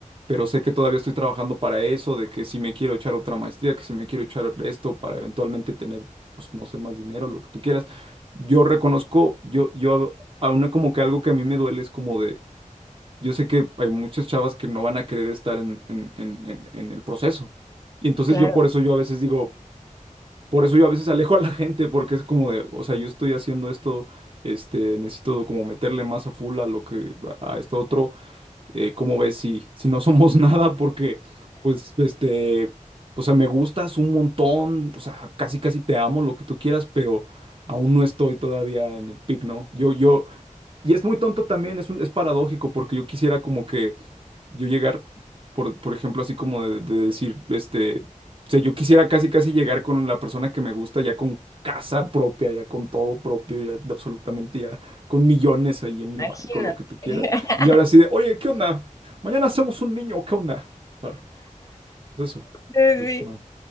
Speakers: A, on the right; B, on the left.
A: pero sé que todavía estoy trabajando para eso, de que si me quiero echar otra maestría, que si me quiero echar esto para eventualmente tener, pues no sé, más dinero, lo que tú quieras. Yo reconozco, yo, yo a a una como que algo que a mí me duele es como de, yo sé que hay muchas chavas que no van a querer estar en, en, en, en en el proceso. Y entonces
B: Claro,
A: yo por eso yo a veces digo, por eso yo a veces alejo a la gente, porque es como de, o sea, yo estoy haciendo esto, este, necesito como meterle más a full a lo que, a esto otro, eh, ¿cómo ves si, si no somos <laughs> nada? Porque, pues, este, o sea, me gustas un montón, o sea, casi casi te amo, lo que tú quieras, pero aún no estoy todavía en el pic, ¿no? Yo, yo, y es muy tonto también, es un, es paradójico, porque yo quisiera como que yo llegar, por, por ejemplo, así como de, de decir, este, o sea, yo quisiera casi, casi llegar con la persona que me gusta, ya con casa propia, ya con todo propio, ya de absolutamente, ya con millones ahí en el
B: imagínate.
A: banco, lo que tú quieras.
B: <laughs>
A: Y ahora sí de, oye, ¿qué onda? Mañana hacemos un niño, ¿qué onda? Ah, pues eso,
B: Sí.
A: pues no, o